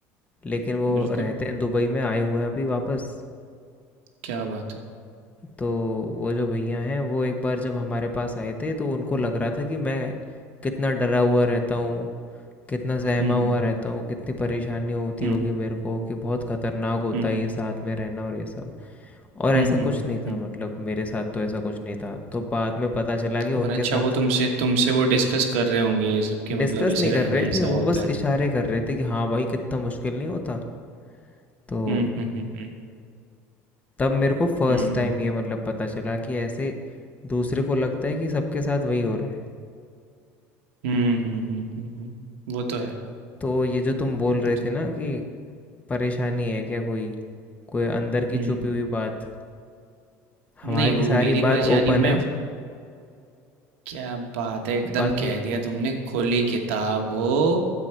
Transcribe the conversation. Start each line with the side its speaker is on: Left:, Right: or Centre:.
Left: लेकिन वो
Right: बिल्कुल
Left: रहते हैं दुबई में आए हुए हैं अभी वापस
Right: क्या बात है
Left: तो वो जो भैया हैं वो एक बार जब हमारे पास आए थे तो उनको लग रहा था कि मैं कितना डरा हुआ रहता हूँ कितना सहमा
Right: हम्म हम्म
Left: हुआ रहता हूँ कितनी परेशानी होती
Right: हम्म
Left: होगी मेरे को कि बहुत खतरनाक होता
Right: हम्म
Left: है
Right: हम्म।
Left: ये साथ में रहना और ये सब और ऐसा
Right: हुँ, हुँ, हुँ,
Left: कुछ नहीं
Right: हुँ।
Left: था मतलब मेरे साथ तो ऐसा कुछ नहीं था तो बाद में पता चला कि उनके
Right: और अच्छा
Left: साथ
Right: वो तुमसे तुमसे वो डिस्कस कर रहे होंगे ये सब कि
Left: डिस्कस
Right: मतलब ऐसे
Left: नहीं
Right: रहना
Left: कर रहे
Right: ऐसा
Left: थे वो
Right: होता
Left: बस
Right: है।
Left: इशारे कर रहे थे कि हाँ भाई कितना मुश्किल नहीं होता तो
Right: हुँ, हुँ, हुँ, हुँ।
Left: तब मेरे को फर्स्ट
Right: हुँ।
Left: टाइम ये मतलब पता चला कि ऐसे दूसरे को लगता है कि सबके साथ वही हो रहा है
Right: हुँ, हुँ, हुँ, हुँ, हुँ। वो तो है,
Left: तो ये जो तुम बोल रहे
Right: वो तो
Left: थे
Right: है।
Left: ना कि परेशानी है क्या कोई कोई अंदर
Right: हुँ।
Left: की छुपी हुई बात हमारी
Right: नहीं वो
Left: सारी
Right: मेरी
Left: बात
Right: परेशानी
Left: ओपन
Right: मैं
Left: है
Right: क्या बात है एकदम
Left: बाकी
Right: कह दिया तुमने खुली किताब हो,